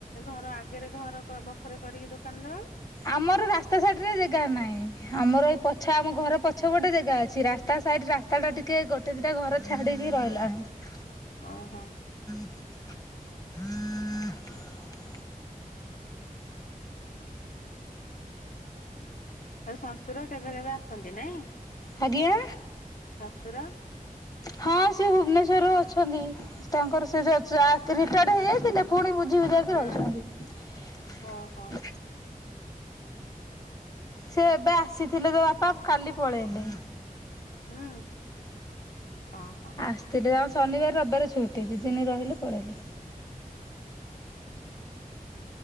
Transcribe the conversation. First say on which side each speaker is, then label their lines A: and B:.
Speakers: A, on the left (about 65°); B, on the left (about 25°).
A: ଘର ଆଗରେ ଘର ବଖରେ କରିକି ଦୋକାନ ଦବ।
B: ଆମର ରାସ୍ତା ଶାଇଡରେ ଜାଗା ନାହିଁ। ଆମର ଏଇ ପଛ ଆମ ଘର ପଛପଟେ ଜାଗା ଅଛି। ରା ତା ସାଇଡ ରାସ୍ତା
A: ଓହୋ।
B: ଟା ଟିକେ ଗୋଟେ ଦିଇଟା ଘର ଛାଡିକି ରହିଲାଣି।
A: ଓ ହୋ।
B: ହୁଁ
A: ଆଉ ଶଶୁର କେବେ କେବେ ଆସନ୍ତି ନାଇଁ?
B: ଆଜ୍ଞା
A: ଶଶୁର
B: ହଁ ସେ ଭୁବନେଶ୍ୱରରୁୁ ଅଛନ୍ତି। ତାଙ୍କର ସେ ଚା ରିଟାର୍ ହେଇଯାଇଥିଲେ ପୁଣି ବୁ ବୁଜି ବୁଯାକି
A: ହଁ
B: ରହିଛନ୍ତି।
A: ଓହୋ
B: ସେ ଏବେ ଆସିଥିଲେ ତ ବାପା କାଲି ପଳେଇଲେ।
A: ହୁଁ। ଓହୋ
B: ଆସିଥିଲି ଅ ଶନିବାର ରବିବାର ଛୁଟି ଦୁଇ ଦିନ ରହିଲି ପଳେଇଲେ।